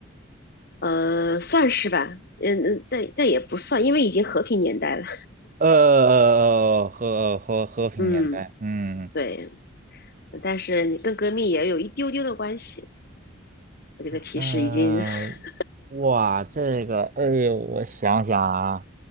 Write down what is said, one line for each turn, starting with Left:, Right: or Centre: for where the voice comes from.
Left: 呃，算是吧，嗯嗯，但但也不算，因为已经和平年代了，
Right: 呃呃呃和和和平年代，
Left: 嗯，
Right: 嗯
Left: 对，但是你跟革命也有一丢丢的关系，我这个提示已经，
Right: 呃，
Left: <laughs>
Right: 哇，这个，哎呦，我想想啊，